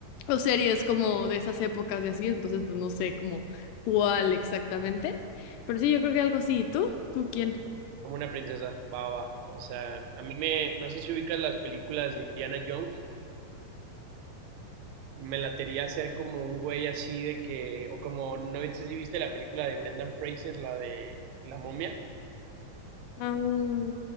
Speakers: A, on the left (about 80°); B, on the right (about 85°).
A: o series como de esas épocas y así, entonces pues no sé como cuál exactamente, pero sí, yo creo que algo así. ¿Y tú? ¿Tú quién?
B: como una princesa, va, va, va. O sea, a mí me, no sé si ubicas las películas de Indiana Jones, me latería hacer como un güey así de que, o como, no sé si viste la película de Brendan Fraser, la de La momia.
A: Ah,